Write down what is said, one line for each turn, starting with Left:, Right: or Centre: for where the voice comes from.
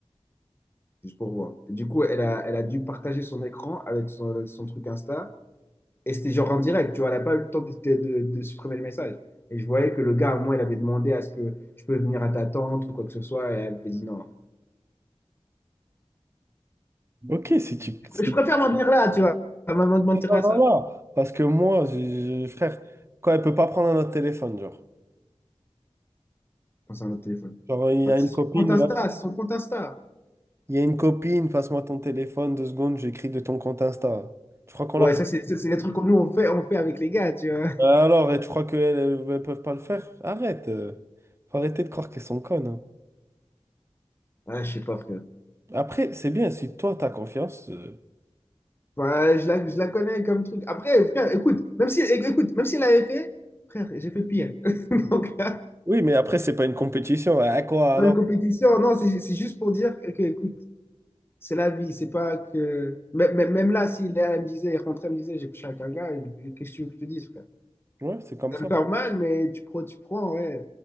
Left: juste pour voir. Du coup, elle a, elle a dû partager son écran avec son, son truc Insta. Et c'était genre en direct, tu vois, elle n'a pas eu le temps de, de- de supprimer le message. Et je voyais que le gars, au moins, il avait demandé à ce que je peux venir à ta tante ou quoi que ce soit, et elle avait dit non.
Right: Ok, si tu... si-
Left: Je préfère m'en venir là, tu vois, à m'en mentir
Right: Attends,
Left: à
Right: attends,
Left: ça.
Right: là. Parce que moi, j'ai- j'ai- frère, quand elle peut pas prendre un autre téléphone, genre.
Left: Enfin, c'est un autre téléphone.
Right: Genre, il y
Left: Ouais,
Right: a
Left: c'est
Right: une copine...
Left: son compte Insta, c'est son compte Insta.
Right: Il y a une copine, passe-moi ton téléphone, deux secondes, j'écris de ton compte Insta. Tu crois qu'on
Left: Ouais,
Right: l'a pas?
Left: ça, c'est ça, c'est les trucs que nous, on fait, on fait avec les gars, tu vois.
Right: Alors, et tu crois qu'elles ne peuvent pas le faire? Arrête. euh. Faut arrêter de croire qu'elles sont connes. hein.
Left: Ah, je sais pas, frère.
Right: Après, c'est bien, si toi, t'as confiance. euh,
Left: Ouais, je la, je la connais comme truc. Après, frère, écoute, même si, écoute, même si elle avait fait, frère, j'ai fait pire. <laughs> Donc là,
Right: Oui, mais après, c'est pas une compétition. À quoi
Left: c'est
Right: alors?
Left: pas une compétition. Non, c'est c'est juste pour dire que, écoute, C'est la vie, c'est pas que. Même, même- même là, si Léa elle me disait, elle rentrait, elle me disait, j'ai couché avec un gars, et qu'est-ce que tu veux que je te dise, frère?
Right: Ouais, c'est comme
Left: Ça
Right: ça.
Left: me fait mal, mais tu prends, tu prends, ouais,